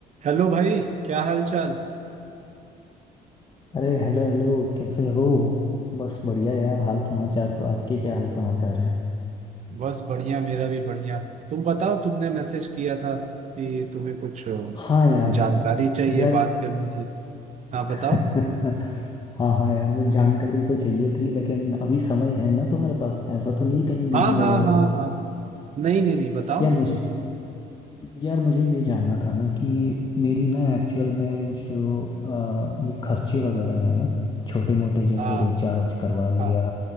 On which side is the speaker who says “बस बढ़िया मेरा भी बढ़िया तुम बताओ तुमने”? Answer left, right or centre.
Right